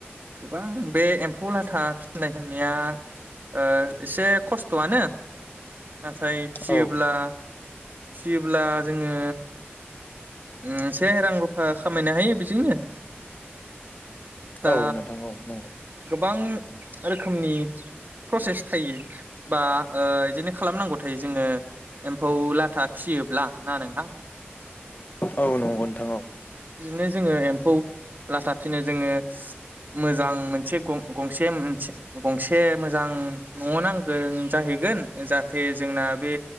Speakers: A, on the right (about 45°); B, on the left (about 45°).
A: गोबां बे एम्फौ लाथा फिसिनाय होननाया ओ एसे खस्थ'आनो नाथाय फिसियोब्ला
B: औ
A: फिसियोब्ला जोङो ओम से रां रुफा खामायनो हायो बेजोंनो दा
B: औ नोंथां औ नंगौ
A: गोबां रोखोमनि प्रसेस थायो बा ओ बिदिनो खालामनांगौ थायो जोङो एम्फौ लाथा फिसियोब्ला ना नोंथां
B: औ नंगौ नोंथां औ
A: बिदिनो जोङो एम्फौ लाथा फिनो जोङो मोजां मोनसे गं-गंसे मोनसे गंसे मोजां न' नांगोन जाहैगो गोन जाहाथे जोंना बे